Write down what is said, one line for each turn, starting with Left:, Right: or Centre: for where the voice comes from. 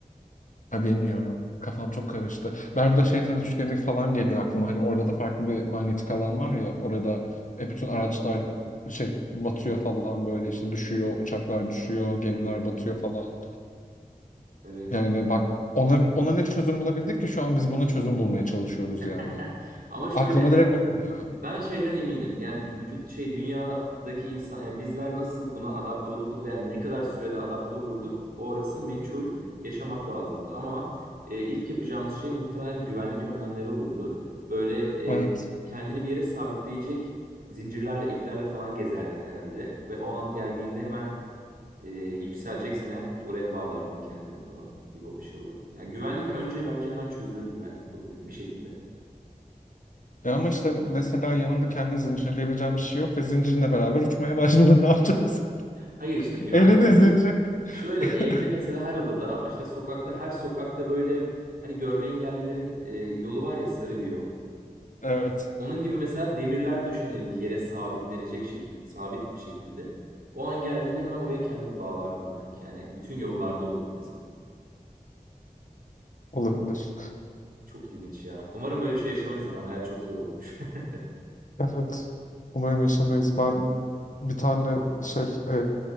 Left: Ha, bilmiyorum. Kafam çok karıştı. Bermuda Şeytan Üçgeni falan geliyor aklıma. Hani orada da farklı bir manyetik alan var ya. Orada e, bütün araçlar e, şey batıyor falan böyle işte düşüyor. Uçaklar düşüyor. Gemiler
Right: evet,
Left: batıyor falan.
Right: evet.
Left: Yani bak ona, ona ne çözüm bulabildik ki şu an biz buna çözüm bulmaya çalışıyoruz
Right: <laughs>
Left: yani.
Right: Ama şöyle,
Left: Aklıma direkt o geliyor.
Right: ben şeyden eminim. Yani vücut şey dünyadaki insan, yani bizler nasıl buna adapte olurduk veya ne kadar sürede adapte olurduk, orası meçhul, yaşamak lazımdı. Ama e, ilk yapacağımız şey muhtemelen güvenlik önlemleri olurdu. Böyle
Left: Evet.
Right: e, kendini bir yere sabitleyecek zincirlerle, iplerle falan gezerdin herhalde. Ve o an geldiğinde hemen e, yükseleceksen eğer oraya bağlardın kendini falan gibi bir şey olurdu. Yani güvenlik önce bence hemen çözülürdü güvenlik problemi bir şekilde.
Left: Ya ama işte mesela yanında kendini zincirleyebileceğin bir şey yok ve zincirinle beraber uçmaya başladın. <laughs> Ne yapacaksın?
Right: Hayır işte güvenlik
Left: Elinde
Right: şöyle
Left: zincir.
Right: şöyle
Left: <laughs>
Right: evde mesela her odada işte sokakta her sokakta böyle hani görme engellilerin e, yolu var ya sarı bir yol.
Left: Evet.
Right: Onun gibi mesela demirler döşenirdi yere sabitlenecek şekilde sabit bir şekilde. O an geldiğinde hemen oraya kendini bağlardın belki. Yani bütün yollarda olurdu mesela.
Left: Olabilir.
Right: Çok ilginç ya. Umarım böyle bir şey yaşamayız ama hayat çok zor olurmuş. <laughs>
Left: Evet. Umarım yaşamayız. Ben bir tane şey e,